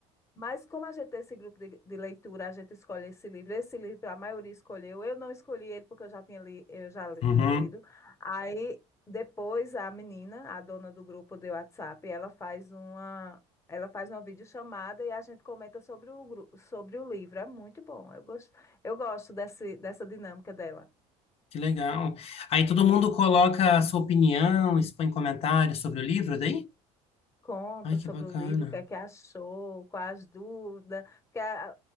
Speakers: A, on the left (about 20°); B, on the left (about 45°).
A: Mas como a gente tem esse grupo de, de leitura, a gente escolhe esse livro. Esse livro a maioria escolheu. Eu não escolhi ele porque eu já tinha, li, eu já li-
B: Uhum.
A: tinha lido. Aí depois a menina, a dona do grupo de WhatsApp, ela faz uma, ela faz uma videochamada e a gente comenta sobre o, gru- sobre o livro. É muito bom. Eu gosto, eu gosto desse, dessa dinâmica dela.
B: Que legal. Aí todo mundo coloca a sua opinião, expõe comentários sobre o livro daí?
A: Conta
B: Ai, que
A: sobre
B: bacana.
A: o livro, o que é que achou, quais as dúvidas, porque a,